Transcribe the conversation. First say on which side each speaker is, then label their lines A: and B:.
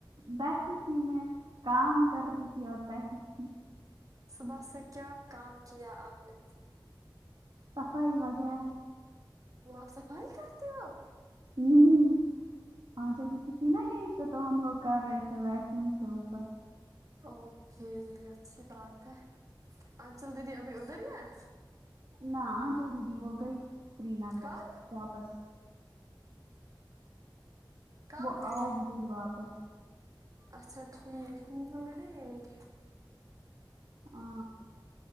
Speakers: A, on the right (about 60°); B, on the right (about 40°).
A: بیٹھی تھی میں کام کر رہی تھی اور بیٹھی تھی
B: صبح سے کیا کام کیا آپ نے
A: صفائی وغیرہ
B: وہ آ صفائی کرتی ہو‌ آپ
A: ہوں ہاں جلدی ج تھی نا یہیں پ کام لوگ کر رہے تھے ویکیوم سے اوپر
B: اوکے اچھی بات ہے آچل دیدی ابھی ادھر ہی ہے
A: نہ آ جلدی د وہ گئی سری نگر
B: کب
A: واپس
B: کب
A: وہ
B: گئی
A: آج واپس
B: اچھا ٹھیک م د نہیں
A: ہ